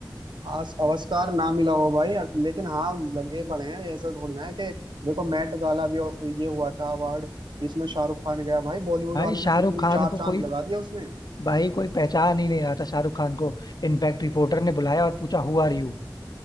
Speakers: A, on the right (about 90°); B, on the left (about 60°).
A: आस आविष्कार ना मिला हो भाई लेकिन हाँ लगे पड़े हैं ऐसा थोड़ी ना है कि देखो मैट गाला भी हो- ये हुआ था अवार्ड इसमें शाहरुख खान गया भाई बॉलीवुड
B: भाई
A: वालों
B: शाहरुख
A: ने कितनी
B: खान
A: चार
B: को
A: चांद
B: कोई
A: लगा दिया उसमें
B: भाई कोई पहचान ही नहीं रहा था शाहरुख खान को इनफैक्ट रिपोर्टर ने बुलाया और पूछा हु आर यू